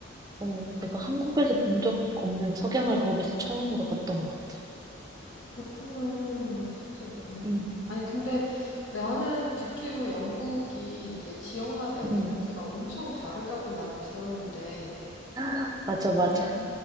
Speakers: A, on the right; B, on the left.
A: 어, 내가 한국에서 본 적 없는 석양을 거기서 처음으로 봤던 것 같아.
B: 그렇구나. 야, 진짜 예쁘네.
A: 음.
B: 아니, 근데 나는 듣기로 영국이 이제 지역마다 액센트가
A: 음.
B: 엄청 다르다고 나는 들었는데,
A: <gasps> <laughs> 맞아, 맞아.